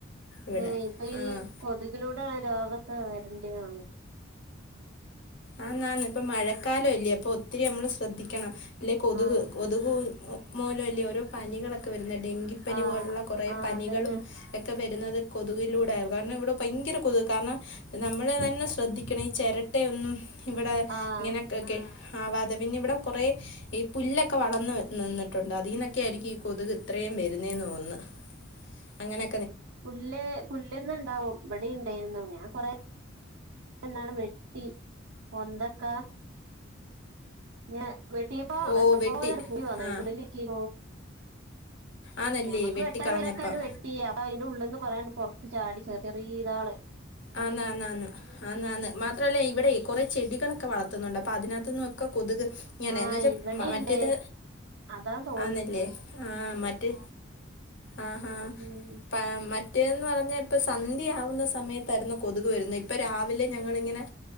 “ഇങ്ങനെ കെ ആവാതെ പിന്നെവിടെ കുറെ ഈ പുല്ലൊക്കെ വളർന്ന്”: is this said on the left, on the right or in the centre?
Left